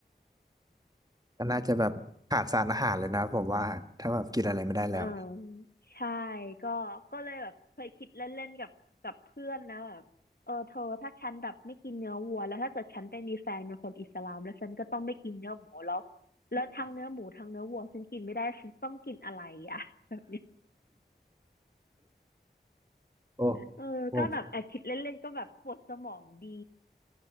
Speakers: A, on the right; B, on the left.
A: ก็น่าจะแบบขาดสารอาหารเลยนะผมว่าถ้าแบบกินอะไรไม่ได้แล้ว
B: อ่าใช่ก็ก็เลยแบบเคยคิดเล่นๆกับกับเพื่อนนะแบบเออเธอถ้าฉันแบบไม่กินเนื้อวัวแล้วถ้าเกิดฉันไปมีแฟนเป็นคนอิสลามแล้วฉันก็ต้องไม่กินเนื้อหมูแล้วแล้วทั้งเนื้อหมูทั้งเนื้อวัวฉันกินไม่ได้ฉันต้องกินอะไรอ่ะแบบเนี้ย
A: โอ้
B: เออก็แบบแอบคิดเล่นๆก็แบบปวดสมองดี
A: โอ้